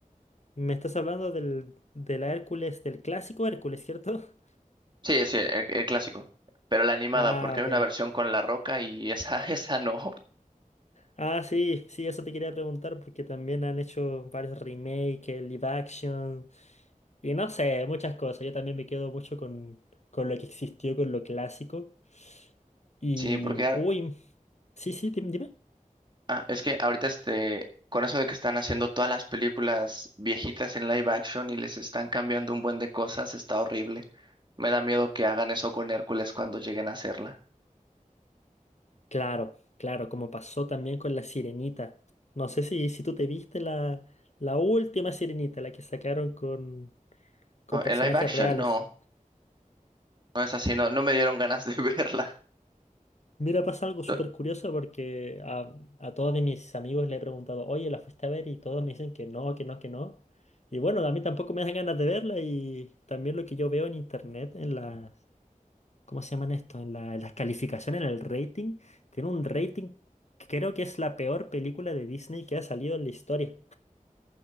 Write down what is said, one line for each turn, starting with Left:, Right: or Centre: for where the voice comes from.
Left: me estás hablando del, de la Hércules, del clásico Hércules, ¿cierto? <laughs>
Right: Sí, sí, el, el clásico, pero la animada,
Left: Ah,
Right: porque
Left: ok.
Right: hay una versión con La Roca y esa, <laughs> esa no.
Left: Ah, sí, sí, eso te quería preguntar porque también han hecho varios remakes, el live action y no sé, muchas cosas. Yo también me quedo mucho con, con lo que existió, con lo clásico. Y,
Right: Sí, porque
Left: uy, sí, sí, dim- dime.
Right: Ah, es que ahorita este, con eso de que están haciendo todas las películas viejitas en live action y les están cambiando un buen de cosas, está horrible. Me da miedo que hagan eso con Hércules cuando lleguen a hacerla.
Left: Claro, claro, como pasó también con la Sirenita. No sé si, si tú te viste la, la última Sirenita, la que sacaron con, con
Right: No,
Left: personajes
Right: el live action
Left: reales.
Right: no, no es así, no, no me dieron ganas de <laughs> verla.
Left: Mira, pasa algo súper
Right: No,
Left: curioso porque a, a todos de mis amigos le he preguntado, oye, ¿la fuiste a ver? Y todos me dicen que no, que no, que no. Y bueno, a mí tampoco me dan ganas de verla y también lo que yo veo en internet, en las, ¿cómo se llaman esto? En la- en las calificaciones, en el rating, tiene un rating que creo que es la peor película de Disney que ha salido en la historia.